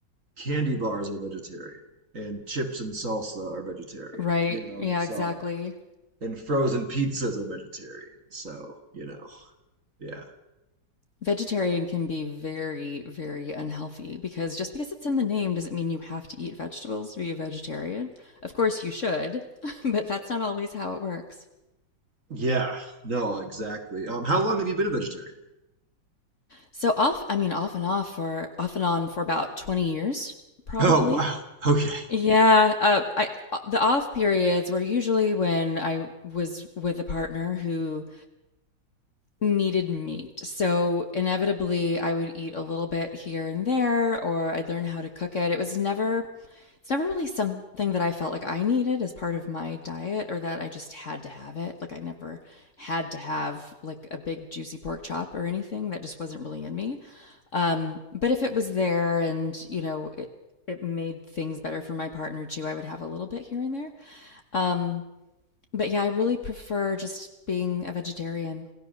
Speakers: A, on the right; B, on the left.
A: candy bars are vegetarian and chips and salsa are vegetarian,
B: Right.
A: you know?
B: Yeah,
A: So,
B: exactly.
A: and frozen pizzas are vegetarian. So, you know, yeah.
B: Vegetarian can be very, very unhealthy because just because it's in the name doesn't mean you have to eat vegetables to be a vegetarian. Of course, you should, <laughs> but that's not always how it works.
A: Yeah, no, exactly. Um, how long have you been a vegetarian?
B: So off, I mean, off and off for off and on for about 20 years, probably.
A: Oh, wow. <laughs> Okay.
B: Yeah, uh, I uh, the off periods were usually when I was with a partner who needed meat. So inevitably I would eat a little bit here and there or I'd learn how to cook it. It was never it's never really something that I felt like I needed as part of my diet or that I just had to have it. Like I never had to have like a big juicy pork chop or anything that just wasn't really in me. Um but if it was there and you know it it made things better for my partner too, I would have a little bit here and there. Um but yeah, I really prefer just being a vegetarian.